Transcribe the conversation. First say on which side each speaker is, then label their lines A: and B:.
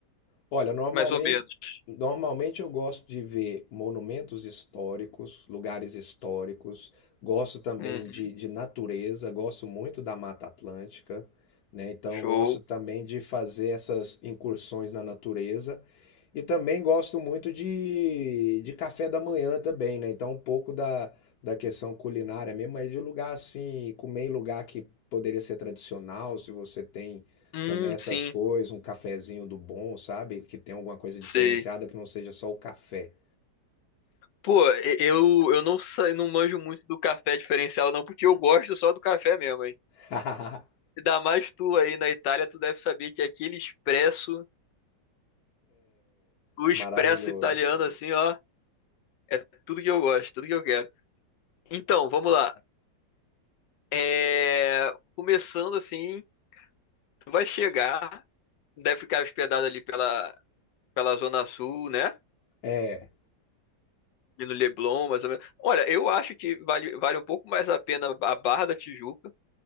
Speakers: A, on the left (about 65°); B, on the left (about 85°).
A: Olha, normalmente,
B: Mais ou menos.
A: normalmente eu gosto de ver monumentos históricos, lugares históricos, gosto também
B: Uhum.
A: de, de natureza, gosto muito da Mata Atlântica, né? Então,
B: Show.
A: eu gosto também de fazer essas incursões na natureza. E também gosto muito de, de café da manhã também, né? Então, um pouco da, da questão culinária mesmo, mas de lugar assim, comer em lugar que poderia ser tradicional, se você tem.
B: Hum,
A: Também essas
B: sim.
A: coisas, um cafezinho do bom, sabe? Que tem alguma coisa
B: Sei.
A: diferenciada que não seja só o café.
B: Pô, eu, eu não sei, não manjo muito do café diferencial, não, porque eu gosto só do café mesmo, hein?
A: <laughs>
B: Ainda mais tu aí na Itália, tu deve saber que aquele expresso, o expresso
A: Maravilhoso.
B: italiano, assim, ó, é tudo que eu gosto, tudo que eu quero. Então, vamos lá. É... Começando assim, tu vai chegar, deve ficar hospedado ali pela, pela Zona Sul, né?
A: É,
B: E no Leblon, mais ou menos. Olha, eu acho que vale, vale um pouco mais a pena a Barra da Tijuca